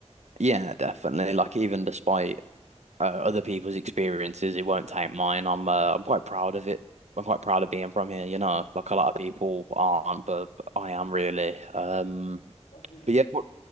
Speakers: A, on the right; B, on the left.
A: Yeah, definitely. Like even despite uh, other people's experiences. It won't taint mine. I'm uh, I'm quite proud of it. I'm quite proud of being from here, you know. Like a lot of people aren't, but I am really. Um,
B: That's really good.
A: but yeah, what